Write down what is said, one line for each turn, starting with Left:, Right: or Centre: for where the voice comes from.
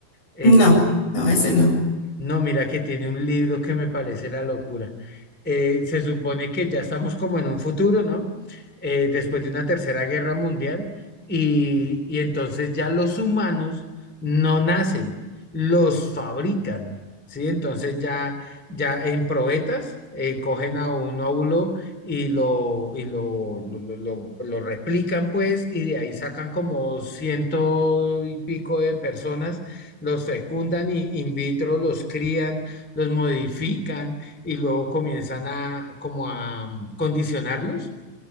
Centre: eh,
Left: No, no, ese no.
Centre: no, mira que tiene un libro que me parece la locura. Eh, se supone que ya estamos como en un futuro, ¿no? Eh, después de una tercera guerra mundial y, y entonces ya los humanos no nacen, los fabrican, ¿sí? Entonces ya, ya en probetas eh, cogen a un óvulo y lo, y lo, lo, lo, lo- lo replican pues y de ahí sacan como ciento y pico de personas los fecundan in vitro, los crían, los modifican y luego comienzan a como a mm, condicionarlos